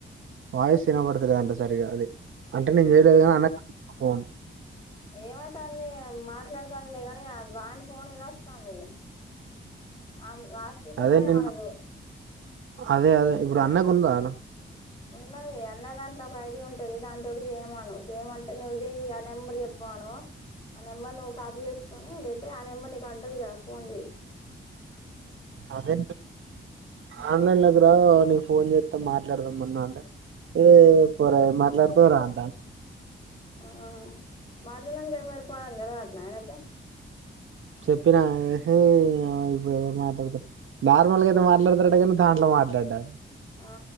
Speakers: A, on the right (about 75°); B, on the left (about 25°).
A: వాయిస్ వినబడుత లేదంటా సరిగా అది అంటే నేను చేయలేదు అని అన ఫోన్
B: ఏమైతంది మాట్లాడుతంది లే కాని వానీ ఫోన్ వినస్తంది ఆమ్ ఆచి ఫోనే
A: అదే
B: వినబడదు
A: నేను అదే అదే ఇప్పుడు అన్నకు ఉందా అలా
B: ఉన్నది అన్న దాంట్ల ఒక ఐడియా ఉంటది దానితోటి చేయమాను చేయమంటే నువ్వు చెయి ఆ నెంబర్ చెప్పమాను ఆ నెంబర్ నువ్ కాపీ చేసుకొని రేప్ అయితే ఆ నెంబర్ నీక ఉంటది గా ఫోన్ చెయి
A: అదే ఆన్లైన్ లకు రావా నేను ఫోన్ చే త మాట్లాడదాం మొన్న అంటె ఏ పోరా ఏం మాట్లాడుతవురా అంటన్
B: ఆ మాట్లాడినాందు కైన మరి పా అని తెల్వదట్న ఆయనకు
A: చెప్పినా హే నియవ్వ ఇప్పుడు ఎవరు మాట్లాడతారు నార్మల్గా అయితే మాట్లాడతారట కానీ దాంట్ల మాట్లాడా
B: ఆ